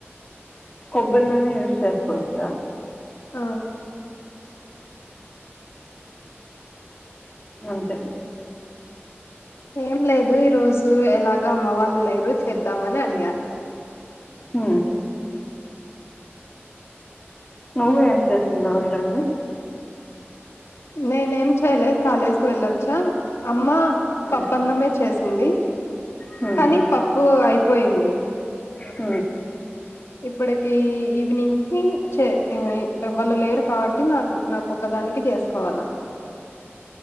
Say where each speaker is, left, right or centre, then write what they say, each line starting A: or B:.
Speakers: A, on the left (about 25°); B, on the left (about 80°).
A: కొబ్బరి నూనె యూస్ చేసుకోవచ్చా
B: అవు
A: నీ అంతే
B: ఏం లేదు ఈ రోజు ఎలాగో అమ్మ వాళ్ళు లేరు చేద్దామని అడిగా
A: అ నువ్ ఏం చేస్తుందో ఈ రోజు
B: నేను ఏం చేయాలె కాలేజ్ కి వెళ్లి అచ్చా అమ్మ
A: హ్మ్
B: పప్పు అన్నమే చేసింది.
A: హ్మ్
B: కానీ పప్పు అయిపోయింది.
A: హ
B: ఇప్పటికి ఈవినింగ్ కి చే ఇ వాళ్ళు లేరు కాబట్టి నాకు నాకు ఒకదానికి చేసుకోవాలా